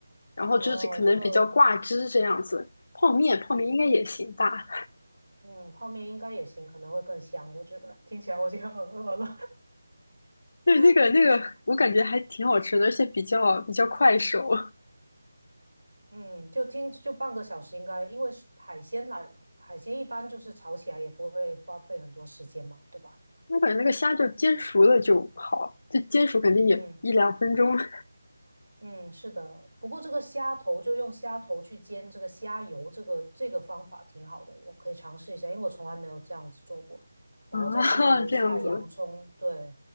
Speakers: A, on the left; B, on the right.
A: 然后就是可能比较挂汁这样子。
B: 哦，就
A: 泡面，泡面应该也行吧？
B: 哦，嗯，泡面应该也行，可能会更香，我觉得。听起来我已经很饿了。
A: <laughs> 对，
B: <laughs>
A: 那个那个，我感觉还挺好吃的，而且比较比较快手。
B: 嗯。嗯，就听就半个小时应该，因为是海鲜啦，海鲜一般就是炒起来也不会花费很多时间嘛，对吧？
A: 我感觉那个虾就煎熟了就好，就煎熟肯定也一两分钟
B: 嗯
A: <laughs>
B: 嗯，是的。不过这个虾头就用虾头去煎这个虾油，这个这个方法挺好的，我可以尝试一下，因为我从来没有这样子做过。然后再去下洋葱，
A: 啊，这样子。
B: 对，